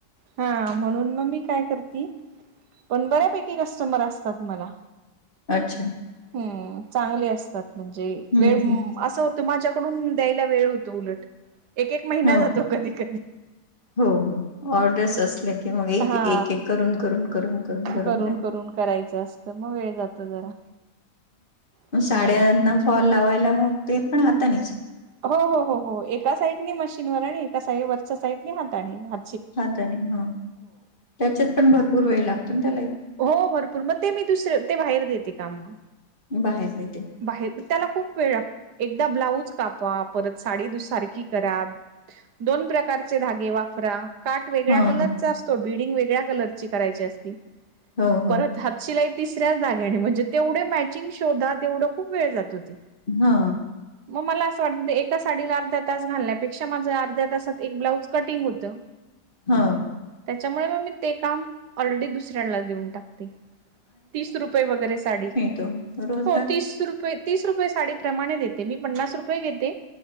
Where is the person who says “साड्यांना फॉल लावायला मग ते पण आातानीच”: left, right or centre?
Left